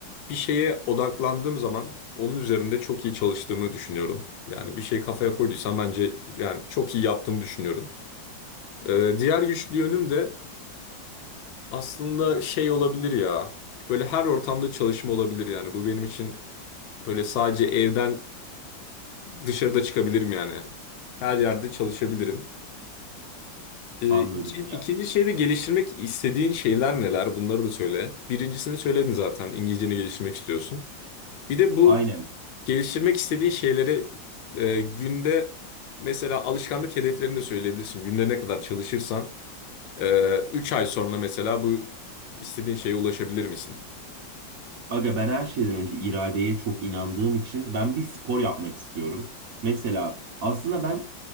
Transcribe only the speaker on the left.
bir şeye odaklandığım zaman onun üzerinde çok iyi çalıştığımı düşünüyorum. Yani bir şey kafaya koyduysam bence yani çok iyi yaptığımı düşünüyorum. E, diğer güçlü yönüm de Aslında şey olabilir ya. Böyle her ortamda çalışma olabilir yani. Bu benim için böyle sadece evden dışarıda çıkabilirim yani. Her yerde çalışabilirim. Ee,
iki- ikinci
şey geliştirmek istediğin şeyler neler? Bunları da söyle. Birincisini söyledin zaten. İngilizceni geliştirmek istiyorsun. Bir de bu
geliştirmek istediğin şeyleri e, günde mesela alışkanlık hedeflerini de söyleyebilirsin. Günde ne kadar çalışırsan e, 3 ay sonra mesela bu istediğin şeye ulaşabilir misin?